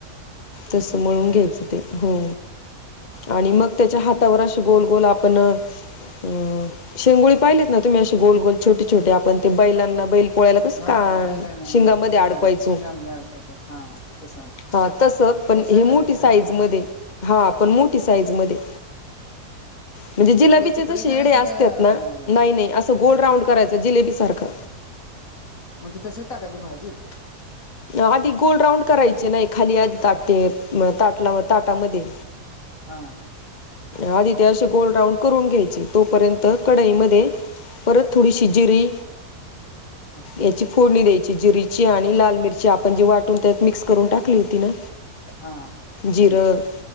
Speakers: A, on the left; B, on the left.
A: तस
B: तसं
A: मळून घ्यायचं ते हो. आणि मग त्याच्या हातावर असे गोल गोल आपण. अं, शेंगोळी पाहिलेत ना तुम्ही अे गोल गोल छोटे छोटे आपण ते बैलांना बैल पोळ्याला कस
B: हा
A: कान.
B: बैलाना
A: शिंगामध्ये
B: बरोबर
A: अडकवायचो
B: शेंगामध्ये अडकवतो हा तसं
A: हा तस पण.
B: तसं
A: हे
B: करायचं
A: मोठी साईज
B: हा
A: मध्ये
B: का
A: हा पण मोठी साईज मध्ये म्हणजे जिलेबीचे
B: तुकडे
A: ज शेडे
B: करायचे
A: असतात
B: काय अ,
A: ना नाही नाही असं गोल राऊंड करायचं जिलेबी सारखं
B: म्हणजे तसेच टाकायचे भाजीत
A: आधी गोल राऊंड करायचे नाही खाली आध ताटे ताटला ताटामध्ये
B: हा
A: आधी ते अे गोल राऊंड करून घ्यायचे तोपर्यंत कडाई मध्ये परत थोडी शिजरी
B: हा
A: याची फोडणी द्यायची जिरीची आणि लाल मिरची आपण जी वाटून त्यात मिक्स करून टाकली होती ना
B: हा, त्याची
A: जिरं